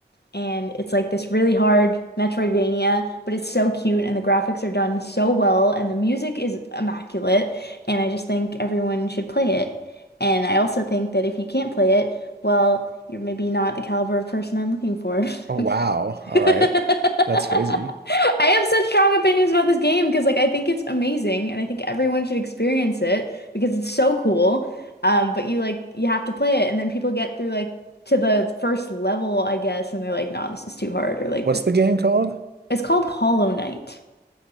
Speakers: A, on the left (about 70°); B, on the right (about 70°).
A: and it's like this really hard Metroidvania, but it's so cute and the graphics are done so well and the music is immaculate and I just think everyone should play it. And I also think that if you can't play it, well, you're maybe not the caliber of person I'm looking for.
B: Oh wow,
A: <laughs>
B: all
A: I
B: right, that's crazy.
A: have such strong opinions about this game because like I think it's amazing and I think everyone should experience it because it's so cool. Um, but you like you have to play it and then people get through like to the first level, I guess, and they're like, nah, this is too hard or like
B: What's
A: this.
B: the game called?
A: It's called Hollow Knight.